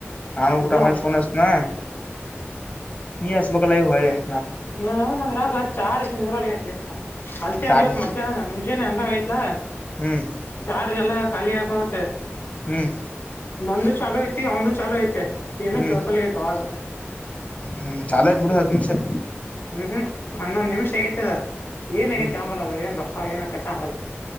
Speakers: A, on the left (about 35°); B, on the left (about 55°).
A: ನಾನು
B: ಅಂದ್ರೆ
A: ಊಟ ಮಾಡಿಹಚ್ಚಿನ
B: ಹತ್
A: ನಿ ಆಸ ಬಕಲ್ಲಾಗ ಹೊ <unintelligible>
B: ಹಾ ನಂದ ರಾಗ <unintelligible> ಚಾರ್ ಜ ಇದರೊಳಗೆ ಯತ್ಲಿ ಅಲ್ತೆ
A: ಚಾರ್ಜ್
B: ಅಂದ ಇವತ್ ಮಧ್ಯಾಹ್ನ ಮುಂಜಾನನೆ ಹಂಗ ಆತ್ ಇಲ್ಲ
A: ಹ್ಮ್
B: ಚಾರ್ಜ್ ಇಲ್ಲ ಖಾಲಿ ಆಗುತ್ತೆ
A: ಹ್ಮ್
B: ನಂದು ಚಾಲೂ ಐತಿ ಒಂದು ಚಲೋ ಐತಿ ಏನೋ
A: ಹ್ಮ್
B: ಕೇಳ್ಸಲ್ಲ ಅವಾಜ್
A: ಹ್ಮ್ ಚಾಲ ಬಡ ಹತ್ಮಷ <unintelligible>
B: ಹ್ಮ್ ಹ್ಮ್ ಹನ್ನೊಂದು ನಿಮಿಷ ಹೇಗೈತೆದ ಏನೇ
A: ಹ್ಮ್
B: ಚಂಬಲ್ ಅದ ಏನ್ ರೊಕ್ಕ ಏನಕ್ಕ ಚಂಬಲ್